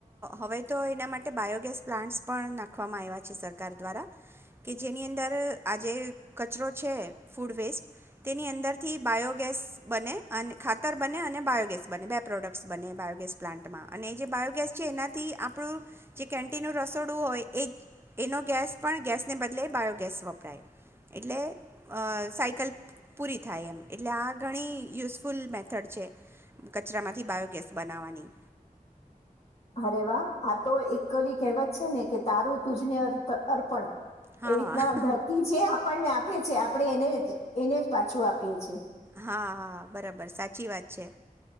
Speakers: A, on the right; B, on the left.
A: હવે તો એના માટે બાયોગેસ પ્લાન્ટ્સ પણ નાખવામાં આવ્યા છે સરકાર દ્વારા કે જેની અંદર આ જેે કચરો છે ફૂડ વેસ્ટ તેની અંદરથી બાયોગેસ બને અને ખાતર બને અને બાયોગેસ બને બે પ્રોડક્ટ્સ બને બાયોગેસ પ્લાન્ટમાં અને એ જે બાયોગેસ છે એનાથી આપણું જે કેન્ટીનનું રસોડું હોય એ એનો ગેસ પણ ગેસને બદલે બાયોગેસ વપરાય એટલે સાયકલ પૂરી થાય એમ એટલે આ ઘણી યુસફુલ યુસફુલ મેથડ છે કચરામાંથી બાયોગેસ બનાવવાની.
B: અરે વાહ! આ તો એક ઓલી કહેવત છે ને કે તારું તુજને અર્પણ.
A: હા
B: એવી રીતના ધરતી જે આપણને આપ આપે છે આપડણે એને જ એને જ પાછું આપીએ છીએ.
A: હા હા બરાબર સાચી વાત છે,